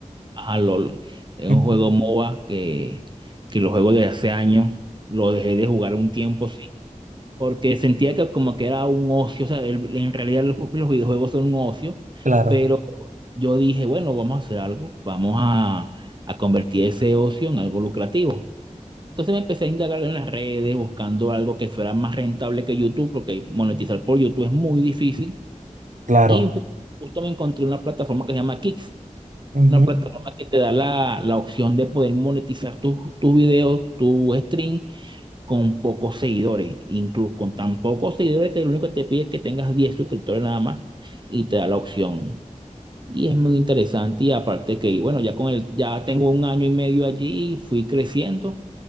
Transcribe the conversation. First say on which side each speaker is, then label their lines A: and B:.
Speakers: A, on the right (about 35°); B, on the right (about 70°).
A: Ajá, LOL. Es
B: <laughs>
A: un juego MOBA que, que lo juego desde hace años. Lo dejé de jugar un tiempo, sí. Porque sentía que como que era un ocio. O sea, el- en realidad los, los videojuegos son un ocio.
B: Claro,
A: Pero yo dije, bueno, vamos a hacer algo. Vamos a, a convertir ese ocio en algo lucrativo. Entonces me empecé a indagar en las redes, buscando algo que fuera más rentable que YouTube, porque monetizar por YouTube es muy difícil.
B: claro.
A: Y ju- justo me encontré una plataforma que se llama Kicks
B: Ujú.
A: una plataforma que te da la, la opción de poder monetizar tus, tus videos, tu stream con pocos seguidores, incluso con tan pocos seguidores que lo único que te pide es que tengas 10 suscriptores nada más y te da la opción. Y es muy interesante y aparte que, bueno, ya con el, ya tengo un año y medio allí, fui creciendo